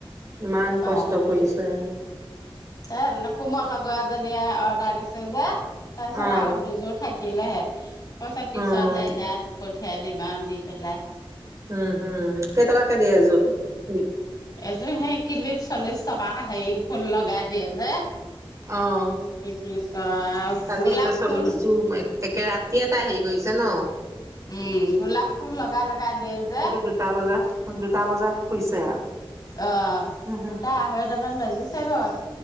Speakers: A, on the right; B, on the left.
A: ইমান
B: অ'
A: কষ্ট কৰিছে
B: তে লকোম লগৰ এজনীয়ে অৰ্ডাৰ দিছে যে তাৰপিছত
A: অ',
B: আৰু দুযোৰ থাকিলেহে। পা- পিছতহে
A: অ'।
B: সেয়াক পথি- পথিয়াই দি ইমান দি পেলাই।
A: উম হম। কেইটকাকে দিয়ে এজোত? মিত
B: এজোৰ সেই ক্লিপ চল্লিশ টকা, হেৰি ফুল লগাই দিয়ে যে।
A: অহ।
B: কি বুলি কয়
A: কালি
B: গোলাপ
A: একে চল্লিশ
B: ফুল
A: জোৰ মা, একে ৰাতি এটা হেৰি- গৈছে ন।
B: উম গোলাপ ফুল লগালে- লাগে যে।
A: কিন্তু দুটা বজাত দুটা বজাত শুইছে
B: অহ
A: আৰু
B: দুটা-আঢ়ৈটামান বাজিছে ঘৰ-